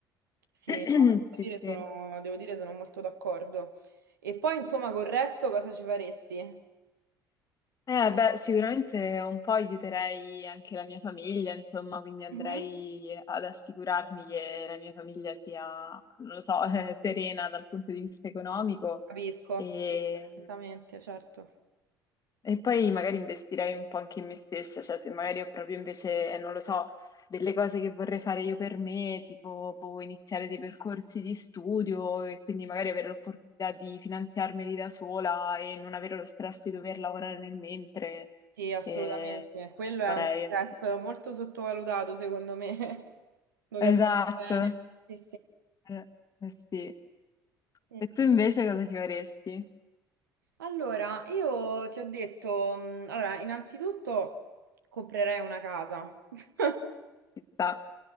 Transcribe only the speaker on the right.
Sì,
no, devo
dire
sono, devo dire sono molto d'accordo. E poi, insomma, col resto cosa ci faresti?
Mhm.
Capisco,
capisco perfettamente, certo.
Sì, assolutamente.
Quello
è uno stress
molto sottovalutato, secondo me. <laughs> Lo capisco
bene. Sì,
sì.
Allora, io ti ho detto, mh, allora, innanzitutto comprerei una casa. <laughs>